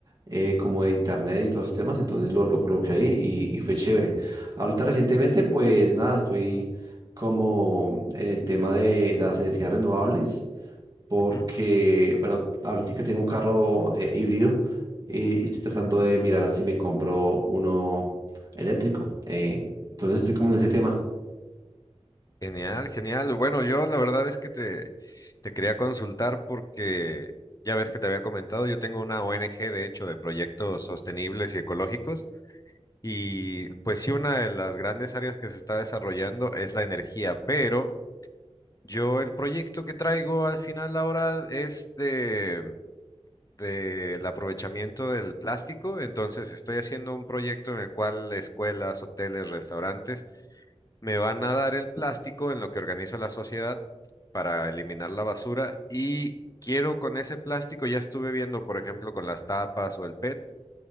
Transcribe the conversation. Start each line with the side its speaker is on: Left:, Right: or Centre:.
Right: eh, como de internet y todos esos temas. Entonces lo, lo coloqué ahí y, y fue chévere. Ahorita recientemente, pues nada, estoy como en el tema de las energías renovables porque,
Left: Ujú.
Right: bueno, ahorita tengo un carro eh, híbrido eh, y estoy tratando de mirar si me compro uno eléctrico. eh, entonces estoy como en ese tema.
Left: Genial, genial. Bueno, yo la verdad es que te, te quería consultar porque ya ves que te había comentado, yo tengo una ONG de hecho de proyectos sostenibles y ecológicos y pues sí, una de las grandes áreas que se está desarrollando es la energía, pero... Yo el proyecto que traigo al final ahora es de, del aprovechamiento del plástico, entonces estoy haciendo un proyecto en el cual escuelas, hoteles, restaurantes me van a dar el plástico en lo que organizo la sociedad para eliminar la basura y quiero con ese plástico, ya estuve viendo por ejemplo con las tapas o el PET,